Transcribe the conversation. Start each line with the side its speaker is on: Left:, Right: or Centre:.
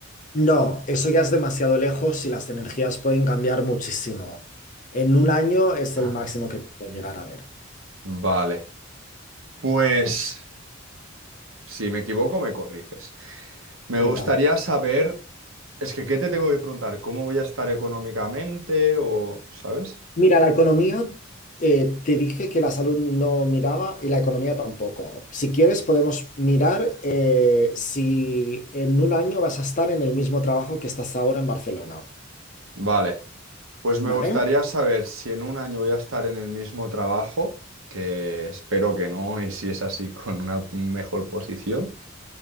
Left: No, eso ya es demasiado lejos y las energías pueden cambiar muchísimo. En un año es
Right: Ah,
Left: el máximo que puedo
Right: mira.
Left: llegar a ver.
Right: Vale. Pues, si me equivoco, me corriges. Me
Left: Venga.
Right: gustaría saber, es que, ¿qué te tengo que preguntar? ¿Cómo voy a estar económicamente o, ¿sabes?
Left: Mira, la economía, eh, te dije que la salud no miraba y la economía tampoco. Si quieres, podemos mirar eh, si en un año vas a estar en el mismo trabajo que estás ahora en Barcelona,
Right: Vale. Pues me
Left: ¿vale?
Right: gustaría saber si en un año voy a estar en el mismo trabajo, que espero que no, y si es así, con una mejor posición.